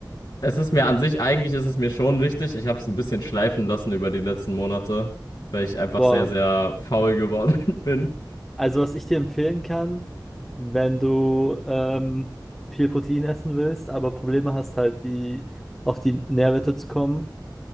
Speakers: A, on the left; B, in the centre.
A: es ist mir an sich, eigentlich ist es mir schon wichtig. Ich habe es ein bisschen schleifen lassen über die letzten Monate, weil ich einfach
B: Boah,
A: sehr, sehr faul geworden <laughs> bin.
B: also was ich dir empfehlen kann, wenn du ähm, viel Protein essen willst, aber Probleme hast halt die auf die Nährwerte zu kommen,